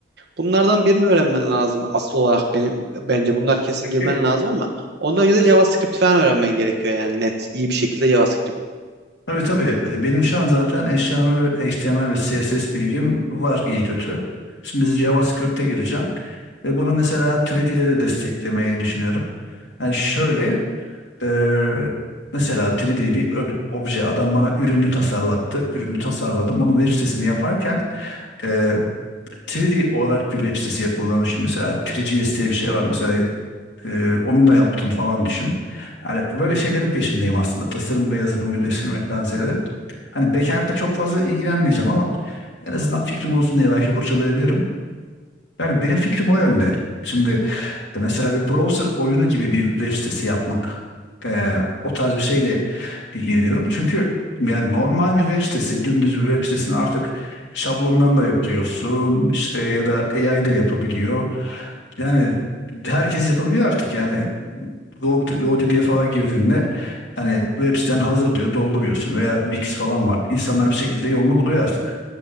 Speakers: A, on the right; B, on the left.
A: Bunlardan birini öğrenmen lazım asıl olarak benim bence bunlar kesin
B: Peki,
A: girmen lazım ama ondan önce de JavaScript falan öğrenmen gerekiyor yani net iyi bir şekilde JavaScript.
B: Tabii tabii. Benim şu an zaten HTML, ve- HTML ve CSS bilgim var iyi kötü. Şimdi JavaScript'e gireceğim. Ve bunu mesela 3D ile de desteklemeyi düşünüyorum. Yani şöyle e, mesela 3D bir ob- obje adam bana ürünü tasarlattı. Ürünü tasarladım. Onun web sitesini yaparken e, 3D olarak bir web sitesi yapıldığını düşün. Mesela 3GS diye bir şey var mesela. Ee, onunla yaptım falan düşün. Hani böyle
A: Hı
B: şeylerin
A: hı.
B: peşindeyim aslında. Tasarım ve yazılımı birleştirmekten ziyade. Hani backend'le çok fazla ilgilenmeyeceğim ama en azından fikrim olsun diye belki kurcalayabilirim. Yani benim fikrim o yönde. Şimdi mesela bir browser oyunu gibi bir web sitesi yapmak ee, o tarz bir şeyle ilgileniyorum. Çünkü yani normal bir web sitesi, dümdüz bir web sitesini artık şablondan da yapıyorsun işte ya da AI da yapabiliyor. Yani herkes yapabiliyor artık yani. Go- GoDaddy'ye falan girdiğinde hani web siten hazır diyor dolduruyorsun veya Wix falan var. İnsanlar bir şekilde yolunu buluyor artık.